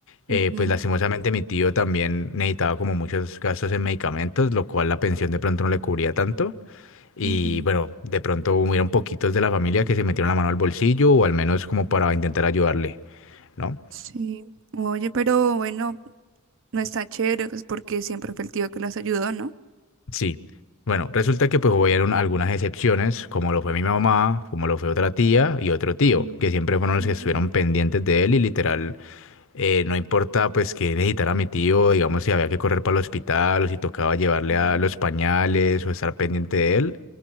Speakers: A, on the left; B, on the right.
A: eh,
B: Ujú,
A: pues lastimosamente mi tío también necesitaba como muchos gastos en medicamentos, lo cual la pensión de pronto no le cubría tanto. Y
B: ujú.
A: bueno, de pronto hubieron poquitos de la familia que se metieron la mano al bolsillo o al menos como para intentar ayudarle, ¿no?
B: Sí. Oye, pero bueno, no está chévere, pues porque siempre fue el tío que las ayudó, ¿no?
A: Sí. Bueno, resulta que pues hubieron algunas excepciones, como lo fue mi mamá, como lo fue otra tía y otro tío,
B: Mm,
A: que siempre fueron los
B: ujú,
A: que estuvieron pendientes de él y literal, eh, no importa pues que necesitara mi tío, digamos si había que correr para el hospital o si tocaba llevarle
B: ujú,
A: a los pañales o estar pendiente de él,